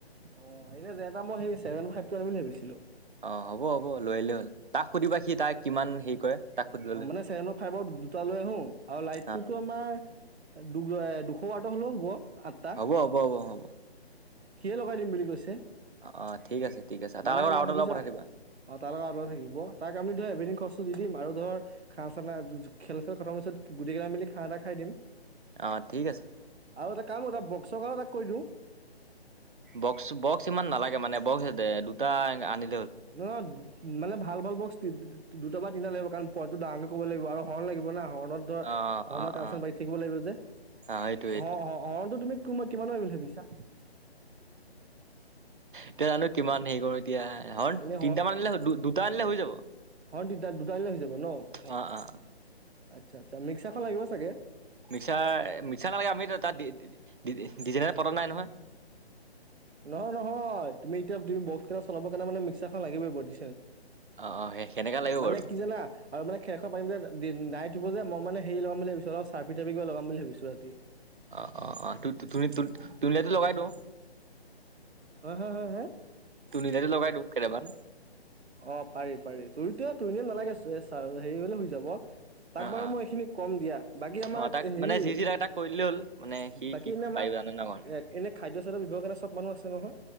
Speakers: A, on the right; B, on the right.
A: অ এনে যেনেটা মই সেই ছেভেন ফাইভটো আম বুলি ভাবিছিলো
B: অ হ'ব হ'ব লৈ আহলে হ'ল তাক সুধিবা সি তাক কিমান হেৰি কৰে তাক সুধি ল'লে
A: অ মানে
B: হ'ল
A: ছেভেন বা ফাইভৰ দুটা লৈ আহো আৰু লাইটটোতো
B: অ
A: আমাৰ দু দুশ বাৰটো হ'লেও হ'ব আঠটা
B: হ'ব হ'ব হ'ব হ'ব
A: সিয়ে লগাই দিম বুলি কৈছে
B: অ ঠিক আছে ঠিক আছে
A: মানে
B: তাৰ লগত
A: মই
B: আগ
A: ভাবিছো
B: লগত পঠাই দিবা
A: অ তাৰ লগৰা লগত থাকিব তাক আমি ধৰা এভিনং খৰচটো দি দিম আৰু ধৰ খাঁ চানা খেল খেল খথাৰ পিছত গোটেই কেইিলা মিলি খাঁহ এটা খাই দিম
B: অ ঠিক আছে
A: আৰু এটা কাম এটা বক্সৰ কাৰণ এটা কৰি দিওঁ
B: বক্স বক্স ইমান নালাগে মানে বক্স দুটা আনি
A: ন মানে ভাল ভাল বস্তু দুটা বা তিনিটা লাগিব কাৰণ পইতটোাঙকে ক'ব লাগিব আৰু হৰণ লাগিব না হৰ্ণত ধ
B: অ
A: হৰ্ণৰ
B: অ
A: কামচান
B: অ অ
A: বাই থাকিব লাগিব যে
B: সেইটো সেইটো
A: অ অ হৰ্ণটো তুমি ত মই কিমান ব বুলি ভাবিছা
B: এতিয়া জানো কিমান হেৰি কৰো এতিয়া হ
A: এনে
B: তিনটামান আনিলে দুটা আনিলে হৈ যাব
A: হ তি দুট দিলৈ হৈ যাব ন
B: অ অ
A: আচ্ছা আচ্ছা মিক্সাৰখন লাগিব চাগে
B: মিক্সাৰ মিক্সাৰ নালাগে আমিতো তাত ডিজনে পদম নাই নহয়
A: নহয় নহয় তুমি এতিয়া বক্স কেইটা চলাবৰ কাৰণে মে ম্সাৰখন লাগিবইিবাৰি
B: অ অ সেই সেনেকা লাগিব
A: মানে
B: বাৰু
A: কি জানা আৰু মানে খেৰ পাৰ নাই ধুব যে মই মানে লগাম বুলি ভাবিছো আৰু চাৰফিাৰি কিব লগাম বুলি ভাবিছো ৰাতি
B: অ অ অ তুমি তুমিলো লগাই দি ওঁ
A: অ হা হা হা
B: <unintelligible> লগাই দিওঁ কেইটামান
A: অ পাৰি পাৰি তুইতো তুই নিয় নালাগে এ চ হেৰি হলে শু যাব তাক
B: অ
A: বাৰু
B: অ
A: মই এইখিনি কম দিয়া বাকী আমাক
B: অ তাক
A: হেৰি
B: মানে যি যি লাগে তাক কৰি দিলেই হ'ল মানে সি
A: বাকী
B: কি
A: এ আমাৰ
B: পাৰিব জানে ন অকণ
A: এ এনে খাদ্য চাদ্য ব্যৱহাৰ কাৰণে চব মানুহ আছে নহয়